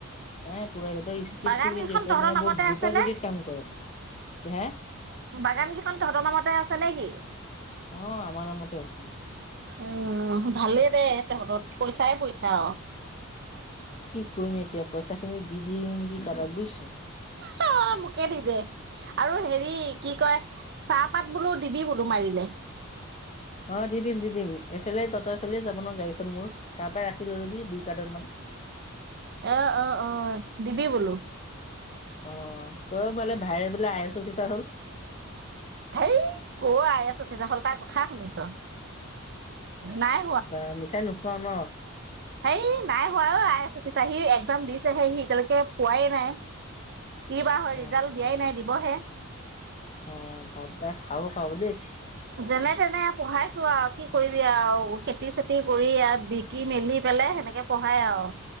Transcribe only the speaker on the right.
বাগান
কেইখন
তহঁতৰ
নামতে
আছে
ন
বাগান কেইখন তহঁতৰ নামতে আছে ছে নে কি?
উম ভালেই দে তহঁতৰ পইচাই পইচা।
হা। মোকে দি দে আৰু হেৰি কি কয় চাহপাত বোলো দিবি বোলো মাৰিলে।
অ', অ', অ', দিবি বোলো।
ধেই কৰ আই এছ অফিচাৰ হ'ল তাৰ কথা শুনিছ। নাই
হে নাই হোৱা আই এছ অফিচাৰ সি ইস্কাম দিছেহে সি এতিয়ালৈকে পোৱাই নাই। কি বা হয়
ৰিজাল্ট দিয়াই নাই দিবহে।
যেনে তেনে পঢ়াইছো আৰু কি কৰিবি আৰু খেতি চেতি কৰি আৰু বিকি মেলি পেলাই সেনেকে পঢ়াই আৰু।